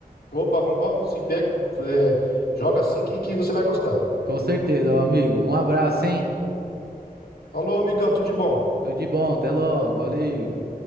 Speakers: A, on the left (about 90°); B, on the right (about 80°).
A: Opa, vamos, vamos sim, pega, é, joga assim que, que você vai gostar.
B: Com certeza, meu amigo. Um abraço, hein?
A: Falou, amigão, tudo de bom.
B: Tudo de bom, até logo, valeu.